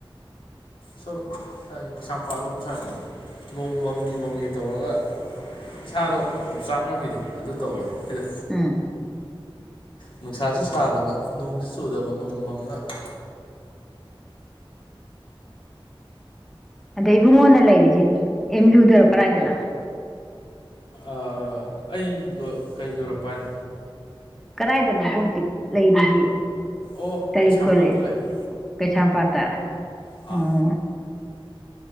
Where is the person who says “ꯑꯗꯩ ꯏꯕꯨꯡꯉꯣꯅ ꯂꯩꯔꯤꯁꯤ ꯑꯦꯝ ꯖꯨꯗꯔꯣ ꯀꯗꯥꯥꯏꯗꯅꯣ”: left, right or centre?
Centre